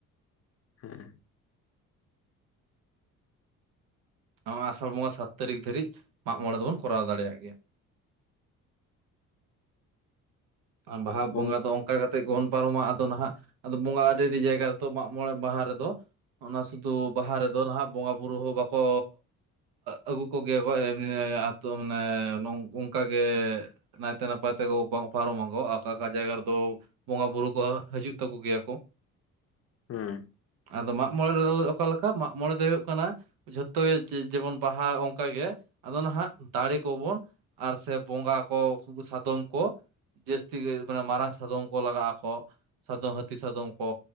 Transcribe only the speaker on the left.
ᱦᱮᱸ।
ᱜᱚᱝ
ᱦᱩᱸ।